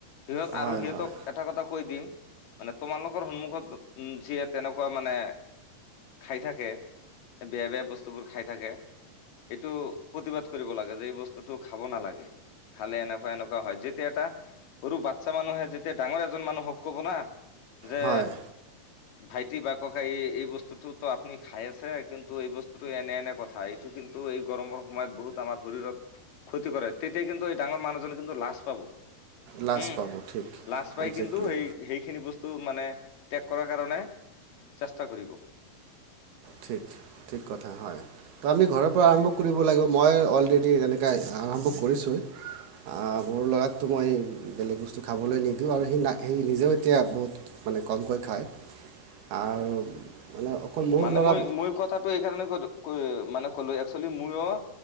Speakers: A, on the left; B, on the right.
A: সিহঁত
B: হয়
A: আৰু সিহঁতক
B: হয়
A: এটা কথা কৈ দিম মানে তোমালোকৰ সন্মুখত যিয়ে তেনেকুৱা মানে খাই থাকে, বেয়া বেয়া বস্তুবোৰ খাই থাকে, এইটো প্ৰতিবাদ কৰিব লাগে যে এই বস্তুটো খাব নালাগে। খালে এনেকুৱা এনেকুৱা হয় যিটো এটা সৰু বাচ্ছা মানুহে যেতিয়া ডাঙৰ এজন মানুহক ক'ব না যে
B: হয়
A: ভাইটি বা ককাই এই এই বস্তুটোতো আপুনি খাই আছে কিন্তু এই বস্তুটো এনে এনে কথা। এইটো কিন্তু এই গৰমৰ সময়ত বহুত আমাৰ শৰীৰত ক্ষতি কৰে, তেতিয়া কিন্তু এই ডাঙৰ মানুহজনে কিন্তু লাজ পাব।
B: লাজ
A: উম,
B: পাব ঠিক
A: লাজ পাই
B: একজেক্টলি
A: কিন্তু সেই সেইখিনি বস্তু মানে ত্যাগ কৰাৰ কাৰণে চেষ্টা কৰিব।
B: ঠিক ঠিক কথা হয় তো আমি ঘৰৰ পৰা আৰম্ভ কৰিব লাগে মই অলৰেডি সেনেকাই আৰম্ভ কৰিছো আ মোৰ লৰাক তুমি বেলেগ বস্তু খাবলৈ নিদো আৰু সেই না সি নিজেও এতিয়া বহুত মানে কমকৈ খায় আৰু মানে অকল মোৰ
A: মানে
B: ল'ৰা
A: মই মই কথাটো এই কাৰণে কলো ক মানে ক'লো একচুৱেলি মইওঅ